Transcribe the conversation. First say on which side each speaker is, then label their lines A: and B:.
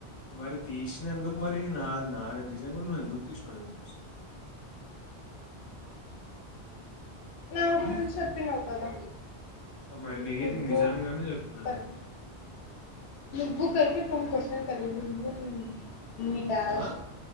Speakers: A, on the left (about 80°); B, on the left (about 65°).
A: మరి తీసింది ఎందుకు మరి నా నా రిలీజన్ గురించి నువ్వు ఎందుకు తీసినవ్ చెప్పు ఫస్ట్
B: నా గురించి
A: ఉమ్?
B: చెప్పినావు కదా
A: ఆ, మరి నీది
B: నువ్వు
A: నిజంగానే చెప్పినా
B: కర్పు
A: నేను
B: నువ్వు <unintelligible> నీ డ్యాష్
A: ఆ?